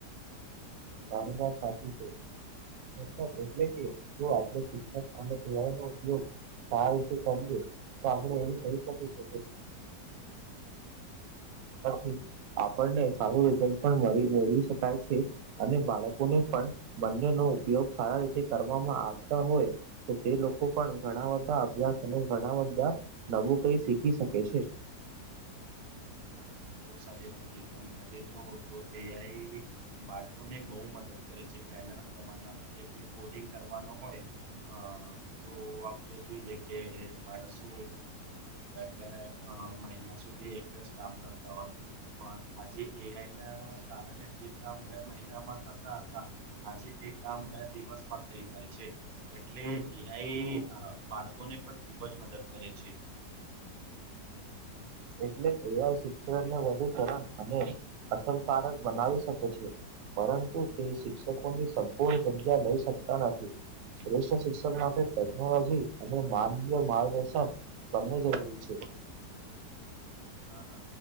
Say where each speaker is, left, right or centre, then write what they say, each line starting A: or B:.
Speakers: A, on the right; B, on the right.
A: ત વા સાચી છે. હ એટલે કે જો આપડ શિક્ષક અને એવા ન ઉપયોગ સી કરજે તો આપણેે એમ કહી શકીશ. <unintelligible> આપણને સારું રિઝલ્ટ પણ મેળવી શકાય છે. અને બાળકોને પણ બંને નો ઉપયોગ સારા રીતે કરવામાં આવતા હોય. તો તે લોકો પણ ઘણા બધા અભ્યાસ અને ઘણા બધા નવું કઈ શીખી શકે છે.
B: હા બહુ સારી વાત છેી હતી અ આરે જો તો એઆઈ બાળકો ને બહુ મદદ કરે છે પહેલાના જમાનામાં જે કોઈ કોડિંગ કરવાનો હોય. હ તો આપડણે જોઈએ કે મારે શું બે મહિના સુધી એક જ કામ કરતા હોય. પણ આજે એઆઈ ના કારણે જે કામ બે મહિનામાં થતા હતા. આજે એક કામ બે દિવસમાં થઈ જાય છે. એટલે એઆઈ બાળકોને પણ ખુબ જ મદદ કરે છે.
A: એટલે એવા શિક્ષણને વધુ તણ અને અસરકારક બનાવી શકે છે. પરંતુ તે શિક્ષકોની સંપૂર્ણ જગ્યા લઈ શકતા નથી. શ્રેષ્ઠ શિક્ષક માટે ટેકનોલોજી અને માનવીય માર્ગદર્શન બંને જરૂરી છે.
B: હા